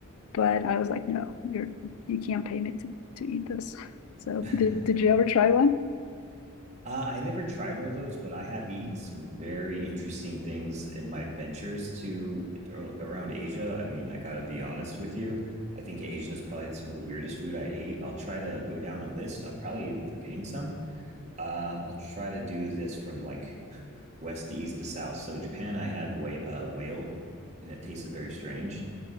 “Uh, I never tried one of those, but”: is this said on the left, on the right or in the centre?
Right